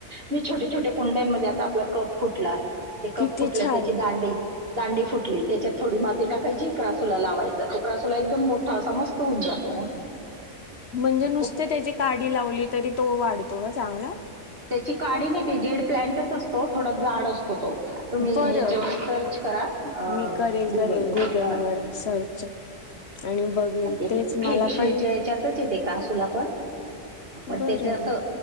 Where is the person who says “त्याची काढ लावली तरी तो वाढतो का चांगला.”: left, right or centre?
Left